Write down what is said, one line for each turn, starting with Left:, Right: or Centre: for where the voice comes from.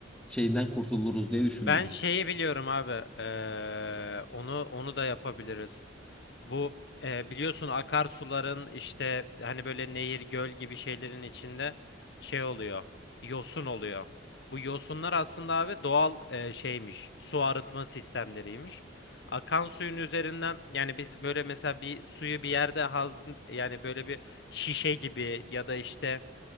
Centre: şeyinden kurtuluruz diye düşündüm.
Left: Ben şeyi biliyorum abi. eee, onu onu da yapabiliriz. Bu e, biliyorsun akarsuların işte hani böyle nehir, göl gibi şeylerin içinde şey oluyor. Yosun oluyor. Bu yosunlar aslında abi doğal e, şeymiş. Su arıtma sistemleriymiş. Akan suyun üzerinden yani biz böyle mesela bir suyu bir yerde haz yani böyle bir şişe gibi ya da işte